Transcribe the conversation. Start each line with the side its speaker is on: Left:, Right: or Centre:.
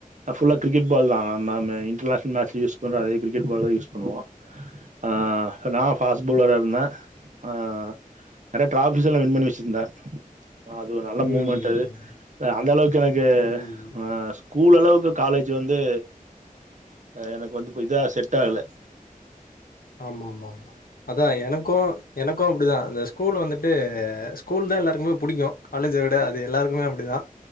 Right: ஃபுல்லா கிரிக்கெட் பால் தா நம்ம இன்டர்நேஷனல் மேச் யூஸ் பண்ற அதே கிரிகெட் பால தா யூஸ் பண்ணுவோம். ஆ ம் நான் ஃபாஸ்ட் பவுலரா இருந்த ஆ நறைய டிராஃபிஸ் ல்லாம் வின் பண்ணி வச்சிருந்தா அது ஒரு நல்ல
Left: ம்
Right: மூவ்மெண்ட் ஆ அந்த அளவுக்கு எனக்கு
Left: ம்
Right: ஆ ஸ்கூல் அளவுக்கு காலேஜ் வந்து ஆ எனக்கு வந்து இதா செட் செட்டாகல
Left: ஆமா மா மா அதான் எனக்கும் எனக்கும் அப்டிதான் அந்த ஸ்கூல் வந்துட்டு ஸ்கூல் தான் எல்லாருக்குமே புடிக்கும். காலேஜ விட அது எல்லாருக்குமே அப்டிதான்.